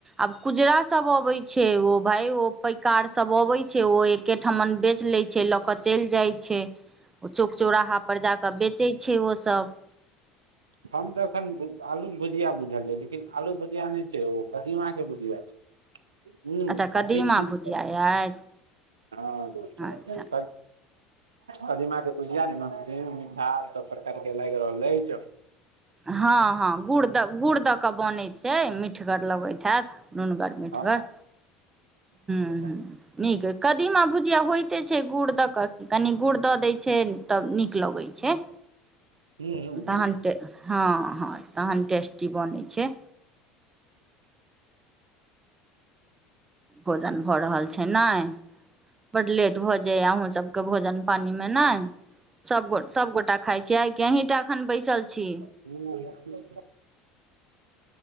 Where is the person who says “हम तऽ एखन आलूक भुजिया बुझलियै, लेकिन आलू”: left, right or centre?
Right